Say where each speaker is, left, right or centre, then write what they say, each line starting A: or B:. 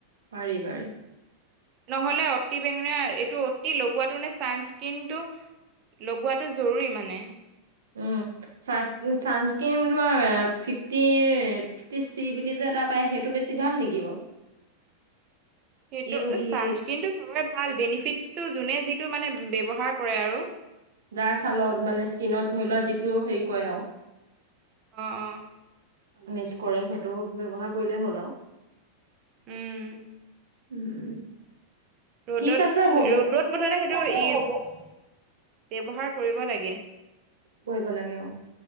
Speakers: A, on the right; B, on the right.
A: পাৰি পাৰি।
B: নহলে অতি টোৱিং মানে এইটো অতি লগোৱাটো মানে ছানচক্ৰিনটো লগোৱাটো জৰুৰী মানে।
A: উম ছানছ ছানছকিন তোমাৰ ফিফটি ফিফটি চি বুলি যে এটা পায় সেইটো বেছি ভাল নেকি বাৰু?
B: সেইটো
A: ইউ বি
B: ছানজকিনটো
A: এ
B: চবৰে ভাল বেনিফিটছটো যোনে যিটো মানে ব্যৱহাৰ কৰে আৰু।
A: যাৰ ছালত মানে স্কিনত ধৰি লোৱা যিটো হেৰি কয় আৰু
B: অঁ অঁ।
A: মিচ কৰে সেইটো ব্যৱহাৰ কৰিলেই হ'ল আৰু।
B: উম!
A: উম!
B: ৰ'দত
A: ঠিক আছে হ'ব।
B: ৰ'দত মুঠতে সেইটো ই ব্যৱহাৰ কৰিব লাগে।
A: কৰিব লাগে অ',